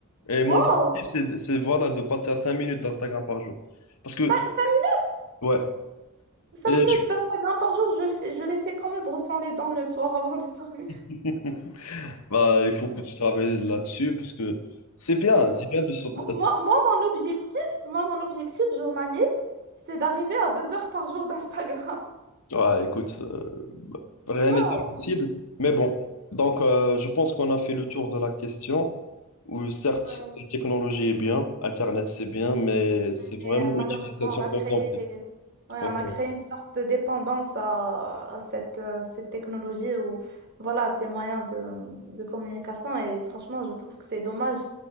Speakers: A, on the left; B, on the right.
A: Et mon
B: Waouh!
A: objectif, c'est c'est, voilà, de passer à cinq minutes d'Instagram par jour. Parce que,
B: Cin- cinq minutes
A: ouais,
B: Cinq
A: et
B: minutes
A: je-
B: d'Instagram par jour, je le fais, je les fais quand me brossant les dents le soir avant de dormir.
A: <laughs> bah, il faut que tu travailles là-dessus parce que c'est bien,
B: <laughs>
A: c'est bien de sortir.
B: Moi, moi, moi, mon objectif, moi, mon objectif journalier, c'est d'arriver à deux heures par jour d'Instagram.
A: Ouais, écoute, euh, bah, rien
B: Wow.
A: n'est impossible. Mais bon, donc euh, je pense qu'on a fait le tour de la question. Où certes,
B: Ouais.
A: la technologie est bien, Internet c'est bien, mais c'est
B: Mais
A: vraiment
B: euh, malheureusement,
A: l'utilisation
B: on a créé,
A: dont on fait.
B: ouais, on
A: Ouais,
B: a
A: ouais.
B: créé une sorte de dépendance à, à cette, euh, cette technologie ou voilà, ces moyens de, de communication. Et franchement, je trouve que c'est dommage.